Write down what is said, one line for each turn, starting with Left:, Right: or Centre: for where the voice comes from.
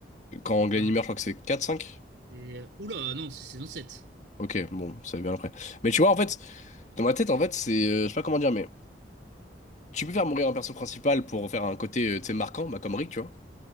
Left: Quand
Right: Ou
Left: Glenn
Right: quoi.
Left: y meurt, je crois que c'est quatre cinq.
Right: Et, euh, Oula, non, c'est saison 7.
Left: Ok, bon, ça va bien après. Mais tu vois, en fait, dans ma tête, en fait, c'est. euh, Je sais pas comment dire, mais tu peux faire mourir un perso principal pour faire un côté, euh, tu sais, marquant, bah, comme Rick, tu vois.